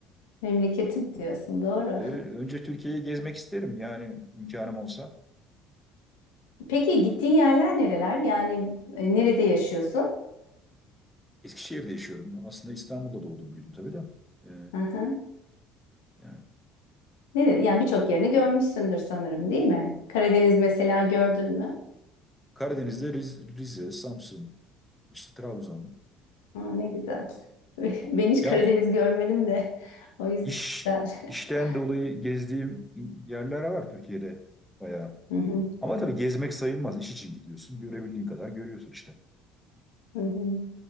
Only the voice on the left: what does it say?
Memleketim diyorsun, doğru.
<laughs> Peki gittiğin yerler nereler? Yani e, nerede yaşıyorsun?
Hı hı.
Ne, yani birçok yerini görmüşsündür sanırım, değil mi? Karadeniz mesela gördün mü?
Aa, ne güzel. <laughs> Ben hiç
Karadeniz görmedim de <laughs> o yüzden.
<laughs>
Hı hı,
hı hı.